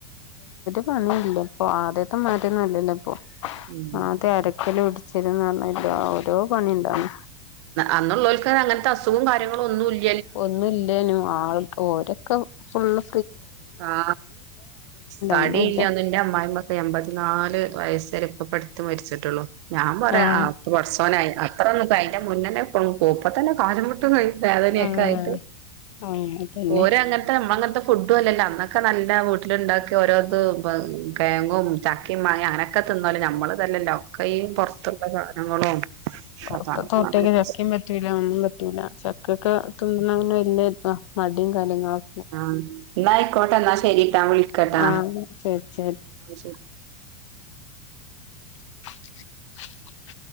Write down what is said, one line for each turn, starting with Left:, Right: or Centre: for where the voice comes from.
Left: പണില്ല ഇപ്പൊ ആദ്യത്തെ മാറ്റന്നല്ലല്ലോ ഇപ്പൊ
Right: ഉം
Left: ആദ്യം അരക്കല് ഇടിച്ചിന്ന് പറഞ്ഞ ഓരോ പണി ഉണ്ടന്ന്
Right: അന്നുള്ളവക്ക് അങ്ങനത്തെ അസൂഗോം കാര്യങ്ങള ഒന്നും ഇല്ല
Left: ഒന്നില്ലനും ആൾക്ക് ഓരൊക്കെ ഫുള്
Right: ആ തടിയില്ലന്ന്
Left: ഒന്നുല്ല
Right: എന്റെ അമ്മായിമ്മക്കെ എൺമ്പത്തിനാല് വയസ് ചെറപ്പപ്പെടുത്ത മരിച്ചിട്ടുള്ളൂ ഞാൻ പറയാ
Left: ആഹ്
Right: അത്ത പുറസവനായി അത്ര ഒന്ന ക ന്റെ മുന്നന്നെ കൊപ്പ തന്നെ കാട്ട വേദനയൊക്കെ
Left: ആഹ്
Right: ആയിട്ട്
Left: അങ്ങനെ തന്നെ
Right: ഓര അങ്ങനത്തെ നമ്മങ്ങനത്തെ ട്ടല്ലല്ല അന്നൊക്കെ നല്ല വീട്ടിലുണ്ടാക്കി ഓരോരുത് തേങ്ങും ചാക്കിയും മാങ്ങ അങ്ങനൊക്കെ തിന്ന ല നമ്മള് തന്നല്ല ഒക്ക പുറത്തുള്ള സാധനങ്ങളും അതാണ്
Left: ഇപ്പൊ തോട്ടൊക്കെ
Right: നല്ല പ്രശ്നം
Left: ചക്കയും പറ്റൂല ഒന്നും പറ്റൂല ചക്കൊക്കെ തിന്നതിന് വല്യ ഇതാ മടിയും കാര്യങ്ങള
Right: ആ എന്നായിക്കോട്ടെ എന്നാ ശരി ട്ട വിളിക്കട്ടാ
Left: ആഹ് ശരി ശരി
Right: ശ
Left: <unintelligible>